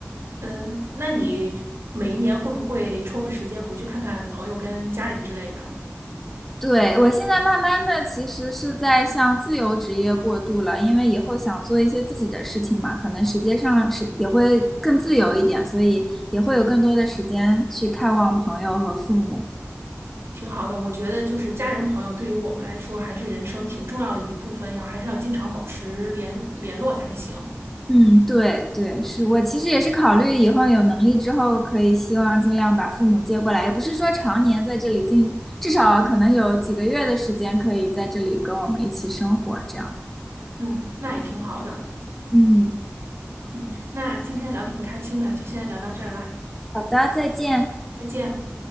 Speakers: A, on the right; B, in the centre.
A: 嗯，那你每一年会不会抽个时间回去看看朋友跟家人之类的？
B: 对，我现在慢慢的其实是在向自由职业过渡了，因为以后想做一些自己的事情嘛，可能时间上是也会更自由一点，所以也会有更多的时间去看望朋友和父母。
A: 挺好的，我觉得就是家人朋友对于我们来说还是人生挺重要的一部分，要还是要经常保持联联络才行。
B: 嗯，对对，是我其实也是考虑以后有能力之后，可以希望尽量把父母接过来，也不是说常年在这里进，至少可能有几个月的时间可以在这里跟我们一起生活，这样。
A: 嗯，那也挺好的。
B: 嗯，
A: 嗯，那今天聊的挺开心的，就先聊到这儿啦，
B: 好的，再见。
A: 再见。